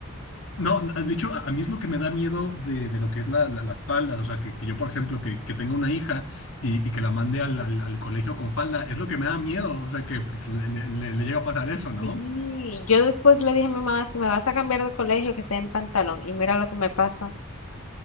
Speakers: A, on the left; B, on the left.
A: No, de hecho, a a mí es lo que me da miedo de, de lo que es la, la- las faldas. O sea, que, que yo, por ejemplo, que, que tenga una hija y, y que la mande al, al- al colegio con falda, es lo que me da miedo. O sea, que pues, le, le- le- le llega a pasar eso, ¿no?
B: Sí, yo después le dije a mi mamá, si me vas a cambiar de colegio, que sea en pantalón. Y mira lo que me pasa.